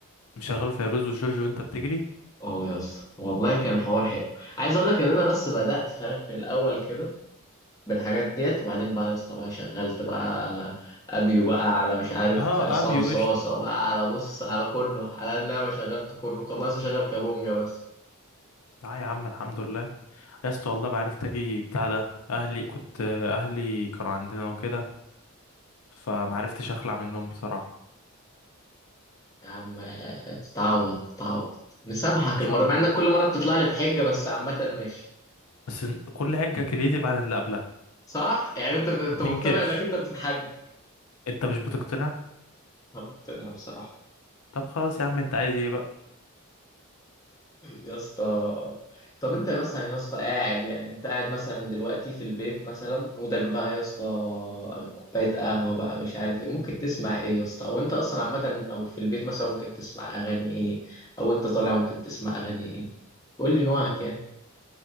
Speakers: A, on the left; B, on the left.
A: مشغل فيروز وجورج وانت بتجري
B: اه يا اسطى والله كان حوار حلو عايز اقول لك ان انا بس بدات فاهم في الاول كده بالحاجات ديت وبعدين بقى يا اسطى بقى شغلت بقى ابيو بقى على مش عارف
A: اه
B: عصام
A: ابيو
B: صاصه
A: قشطه
B: بقى على بص على كله على ان انا شغلت كله كان ناقص اشغل كابونجا بس
A: لا يا عم الحمد لله يا اسطى والله ما عرفت اجي بتاع ده اهلي كنت اهلي كانوا عندنا وكده فما عرفتش اخلع منهم بصراحه
B: يا عم آه، تتعوض تتعوض مسامحك
A: ان شاء
B: المره
A: الله
B: مع انك
A: لا
B: كل مره بتطلع لي بحجه بس عامه ماشي
A: بس إن- كل حاجه كرييتيف عن اللي قبلها
B: صح يعني انت انت
A: ما تنكرش
B: مقتنع انك انت بتتحج
A: انت مش بتقتنع
B: انا مقتنع بصراحه
A: طب خلاص يا عم انت عايز ايه بقى
B: يا اسطى طب انت مثلا يا اسطى قاعد يعني انت قاعد مثلا دلوقتي في البيت مثلا مودك بقى يا اسطى كوبايه قهوه بقى مش عارف ايه ممكن تسمع ايه يا اسطى او انت اصلا عامه او في البيت مثلا ممكن تسمع اغاني ايه او انت طالع ممكن تسمع اغاني ايه قول لي نوعك يعني